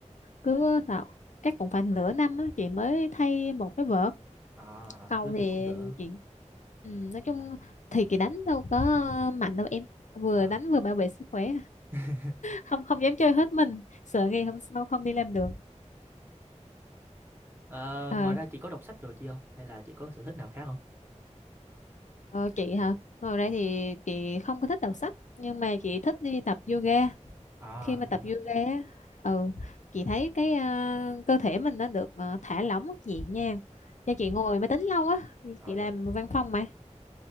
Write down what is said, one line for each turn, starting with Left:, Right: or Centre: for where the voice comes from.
Left: cứ tạo chắc cũng phải nửa năm á, chị mới thay một cái vợt
Right: à
Left: cầu
Right: đứa thì
Left: thì
Right: cũng đỡ
Left: chị ừm, nói chung thì chị đánh đâu có mạnh đâu em vừa
Right: à.
Left: đánh vừa bảo vệ sức khỏe
Right: <laughs>
Left: không không dám chơi hết mình sợ ngày hôm sau không đi làm được
Right: Ờ,
Left: à,
Right: ngoài ra chị có đọc sách rồi chị không hay là chị có sở thích nào khác không
Left: ờ, chị hả ngồi đây thì chị không có thích đọc sách nhưng mà chị thích đi tập yoga
Right: à
Left: khi mà tập
Right: yoga
Left: yoga á, ừ, chị thấy cái à, cơ thể mình nó được à, thả lỏng nhẹ nhàng do chị ngồi máy tính lâu á
Right: À,
Left: chị làm
Right: dạ.
Left: văn phòng mà